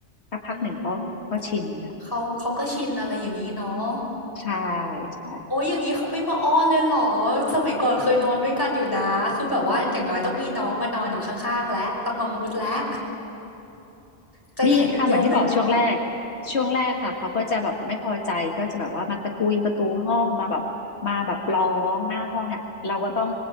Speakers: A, on the left; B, on the left.
A: สักพักหนึ่งก็ก็ชินค่ะ
B: อืมเขาเขาก็ชินอะไรอย่างงี้เนาะ
A: ใช่ใช่
B: โอ๊ยอย่างงี้เขาไม่มาอ้อนเลยเหรอสมัยก่อนเคยนอนด้วยกันอยู่นะคือแบบว่าอย่างน้อยต้องมีน้องมานอนอยู่ข้างๆแล้วต้องมามูดแล้วใจแข็งอย่างเดียวเลยเนาะ
A: มีค่ะเหมือนที่บอกช่วงแรกช่วงแรกค่ะเขาก็จะแบบไม่พอใจก็จะแบบว่ามาตะกุยประตูห้องมาแบบมาแบบร้องหน้าห้องอ่ะเราก็ต้อง
B: อ๋อ